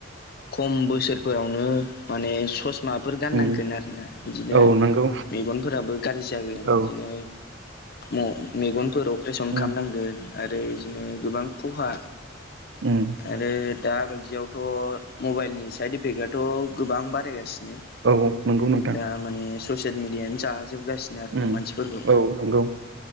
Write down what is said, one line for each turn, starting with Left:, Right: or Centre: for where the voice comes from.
Left: खम बोसोरफोरावनो माने ससमाफोर गाननांगौ
Right: उम
Left: आरोना बिदिनो
Right: औ नंगौ
Left: मेगनफोराबो गाज्रि जागोन
Right: औ
Left: बिदिनो ओम मेगनफोर अपारेसन
Right: उम
Left: खालामनांगोन आरो बिदिनो गोबां खहा
Right: ओं
Left: आरो दा बायदियावथ' मबाइलनि साइड इफेक्टआथ' गोबां बारायगासिनो
Right: औ औ नंगौ नोंथां।
Left: दा माने ससियेल मिडियानो जाजोबगासिनो आरोना
Right: उम
Left: मानसिफोरखौ
Right: औ नंगौ